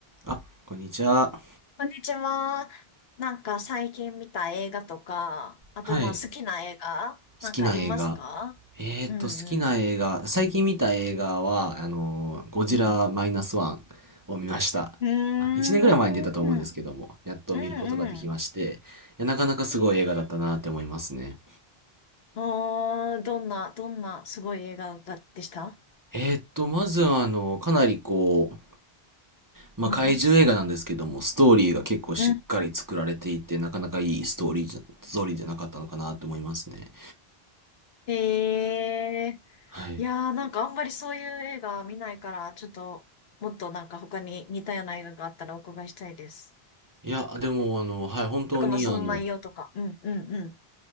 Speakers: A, on the right; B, on the left.
A: あ、こんにちは。
B: こんにちは。なんか最近見た映画とか、あとまあ好きな映画なんかありますか
A: はい。好きな映画。えーっと、
B: うんう
A: 好きな映画。最近見た映画は、あのー、ゴジラマイナスワンを見ました。
B: ん。うんうーん。
A: あ1年ぐらい前に出たと思うんですけども、
B: うん
A: やっと見ることができまして、
B: うん。
A: いやなかなかすごい映画だったなって思いますね。
B: えー、あー、どんな、どんなすごい映画だでした
A: えーっと、まずは、あの、かなりこう、まあ、
B: うん。
A: 怪獣映画なんですけども、ストーリーが結構しっかり作られていて、
B: うん。
A: なかなかいいストーリーじゃ、ストーリーじゃなかったのかなって思いますね。
B: え
A: はい。
B: ー、いやーなんかあんまりそういう映画見ないから、ちょっともっとなんか他に似たような映画があったらお伺いしたいです。
A: いや、でも、あの、はい、本当に、
B: とかまあその内容とか。
A: あの、
B: うんうんうん。